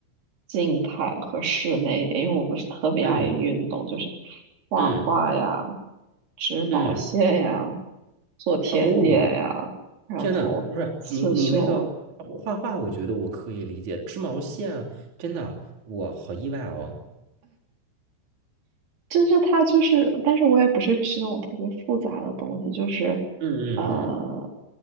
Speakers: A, on the right (about 60°); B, on the right (about 45°).
A: 静态和室内一点，因为我不是特别爱运动，
B: 嗯
A: 就是画画呀、
B: 嗯
A: 织毛线呀、
B: 嗯，
A: 做甜点呀，
B: 哦，
A: 然后刺绣啊。
B: 天呐，不是你你那个画画，我觉得我可以理解，织毛线啊，真的，我好意外哦。
A: 就是它就是，但是我也不是吃那种特别复杂的东西，就是，
B: 嗯嗯嗯
A: 呃，